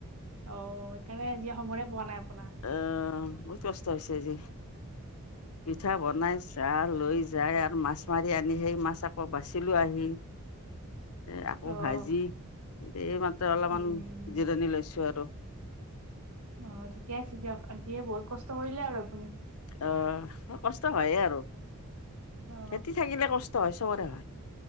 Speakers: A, on the right; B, on the left.
A: অ' সেকানে আজি খবৰে পোৱা নাই আপোনাৰ।
B: এ বহুত কষ্ট হৈছে আজি পিঠা বনাই দা‌ লৈ যায় আৰু মাছ মাৰি আনি, সেই মাছ আকৌ বাচিলোঁ আহি। এই আকৌ
A: অ', অ',
B: ভাজি এই মাত্ৰ অলমান
A: উম।
B: সিজিৰনি লৈছোঁ আৰু।
A: অঁ ঠিকে আছে দিয়ক, আজিয়ে বহুত কষ্ট কৰিলে আৰু আপুনি
B: অ', কষ্ট হয়ে আৰু।
A: অ
B: খেতি থাকিলে কষ্ট হয়, চবৰে হয়।